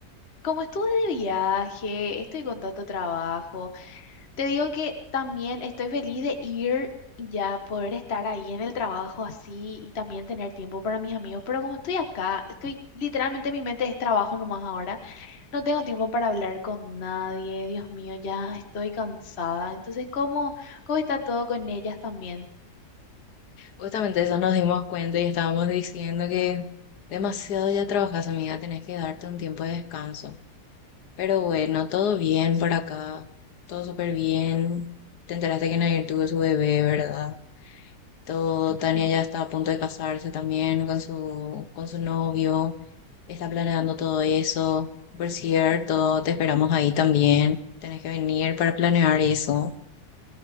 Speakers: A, on the left; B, on the left.
A: como estuve de viaje, estoy con tanto trabajo. Te digo que también estoy feliz de ir y ya poder estar ahí en el trabajo así y también tener tiempo para mis amigos, pero como estoy acá, estoy literalmente mi mente es trabajo nomás ahora, no tengo tiempo para hablar con nadie, Dios mío, ya estoy cansada. Entonces, ¿cómo, cómo está todo con ellas también?
B: Justamente eso nos dimos cuenta y estábamos diciendo que demasiado ya trabajas, amiga. Tenés que darte un tiempo de descanso. Pero bueno, todo bien por acá. Todo súper bien. Te enteraste que Nair tuvo su bebé, ¿verdad? Todo, Tania
A: Mm,
B: ya está a punto de casarse también con su, con su novio. está planeando todo eso. Por cierto, te esperamos ahí también. Tenés que venir para planear eso.